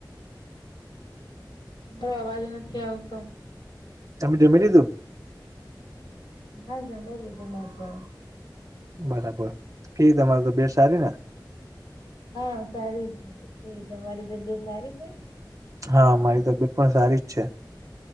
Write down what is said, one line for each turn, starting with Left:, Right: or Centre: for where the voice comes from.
Left: હં અવાજ નથી આવતો.
Right: તમે જમી લીધું?
Left: હા જમીલીધું મે તો
Right: બરાબર કેવીતમારે તબિયત સારી ને?
Left: હા સારી છે. કેવી તમારી સારી છે?
Right: હા મારી તબિયત પણ સારી જ છે.